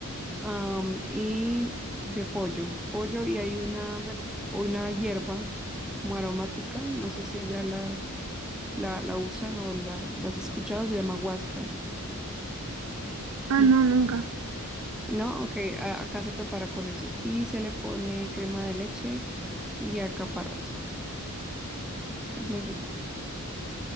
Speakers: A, in the centre; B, on the right (about 65°).
A: am, y de pollo. Pollo y hay una, verd- una hierba como aromática, no sé si allá la, la, la usan o la, las has escuchado, se llama huasca.
B: Ah,
A: Y
B: no, nunca.
A: no, ok, a- acá se prepara con eso y se le pone crema de leche y alcaparras. Es muy rico.